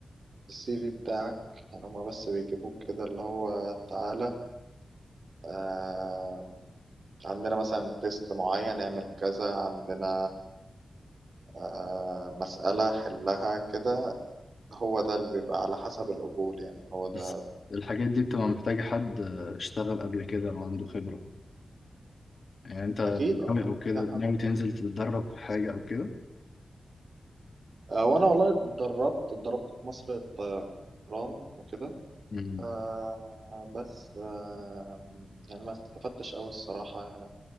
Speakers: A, on the right (about 60°); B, on the left (about 55°).
A: السي في بتاعك يعني هما بس بيجيبوك كده اللي هو تعالى آه، عندنا مثلا تيست معين نعمل كذا عندنا آه، مسألة حلها كده هو ده اللي بيبقى على حسب القبول يعني هو ده
B: بس الحاجات دي بتبقى محتاجة حد آه، اشتغل قبل كده أو عنده خبرة يعني انت
A: أكيد أه
B: ناوي
A: محتاجة
B: أو كده ناوي
A: حد
B: تنزل تتدرب في حاجة أو كده
A: آه، وأنا والله اتدربت اتدربت في مصر الطيران وكده
B: مم.
A: آه، بس آه، يعني ما استفدتش أوي الصراحة يعني